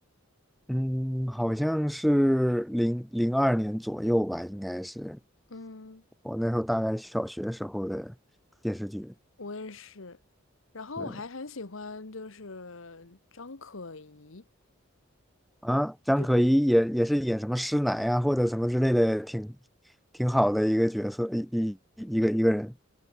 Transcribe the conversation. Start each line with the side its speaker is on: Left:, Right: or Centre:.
Centre: 嗯，好像是零零二年左右吧，应该是
Left: 嗯，
Centre: 我那时候大概小学时候的电视剧。
Left: 我也是。然后我还很喜欢，
Centre: 对
Left: 就是张可颐，
Centre: 啊，张可颐也也是演什么师奶啊，
Left: 就
Centre: 或者什么之类的，挺挺好的一个角色，一一一个一个人。